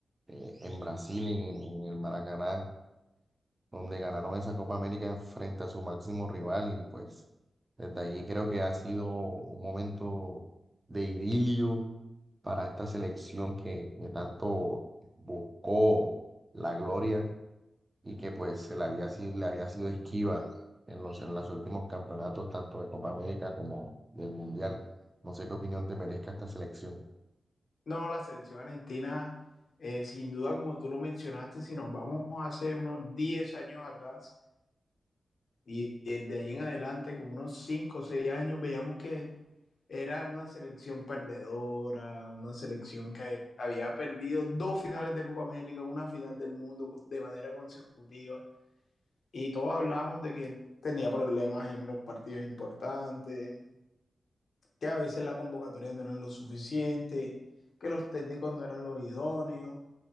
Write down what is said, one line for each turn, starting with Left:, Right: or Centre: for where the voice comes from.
Right: eh, en Brasil, en, en- en el Maracaná, donde ganaron esa Copa América frente a su máximo rival y pues desde ahí creo que ha sido un momento de idilio para esta selección que, que tanto buscó la gloria y que pues se le había sido, le había sido esquiva en los, en los últimos campeonatos, tanto de Copa América como del Mundial. No sé qué opinión te merezca esta selección,
Left: No, la selección argentina, eh, sin duda, como tú lo mencionaste, si nos vamos hace unos 10 años atrás y desde ahí en adelante, como unos 5 o 6 años, veíamos que era una selección perdedora, una selección que había perdido dos finales de Copa América, una final del mundo de manera consecutiva Y todos hablábamos de que tenía problemas en los partidos importantes, que a veces la convocatoria no era lo suficiente, que los técnicos no eran los idóneos.